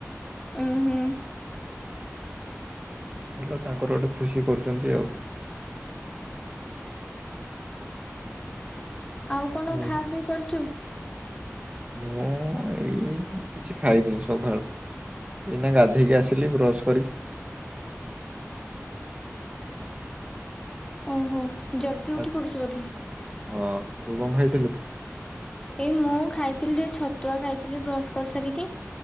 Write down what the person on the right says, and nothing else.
ଭଲ ତାଙ୍କର ଗୋଟେ ଖୁସି କରୁଚନ୍ତି ଆଉ।
ନାଇଁ
ମୁଁ ଏଇ କିଛି ଖାଇନି ସକାଳୁ ଏଇନା ଗାଧେଇକି ଆସିଲି ବ୍ରଶ କରିକି।
ଆ
ହଁ ତୁ କଣ ଖାଇଥିଲୁ?